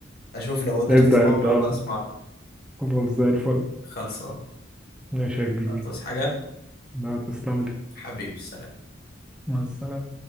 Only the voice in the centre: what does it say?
ابدأ
ابدأ
اه
خلاص زي الفل
ماشي يا كبير
ما تسلم لي
مع السلامة